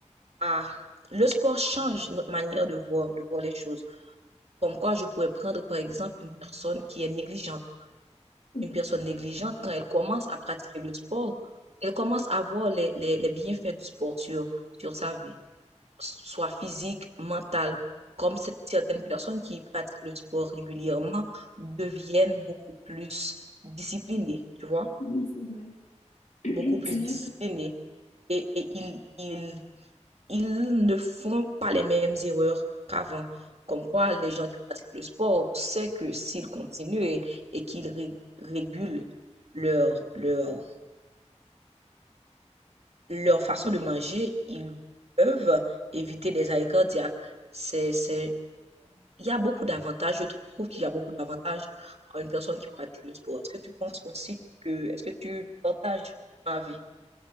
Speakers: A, on the right; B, on the left.
A: a, le sport change notre manière de voir, de voir les choses. Comme quoi, je pourrais prendre par exemple une personne qui est négligente
B: Mhm.
A: une personne négligente, quand elle commence à pratiquer le sport, elle commence à voir les, les, les bienfaits du sport sur, sur sa vie, soit physique, mentale. Comme cette- certaines personnes qui pratiquent le sport régulièrement deviennent beaucoup plus disciplinées, tu vois,
B: Oui, c'est vrai. <clears throat>
A: beaucoup plus
B: C'est
A: Oui.
B: vrai
A: disciplinées.
B: que,
A: Et, et ils, ils, ils ne font pas les mêmes erreurs qu'avant. Comme quoi, les gens qui pratiquent le sport savent que s'ils continuent et, et qu'ils ré- régulent leur, leur leur façon de manger, ils peuvent éviter des arrêts cardiaques. C'est, c'est, il y a beaucoup d'avantages. Je trouve qu'il y a beaucoup d'avantages à une personne qui pratique le sport. Est-ce que tu penses aussi que, est-ce que tu partages ma vie?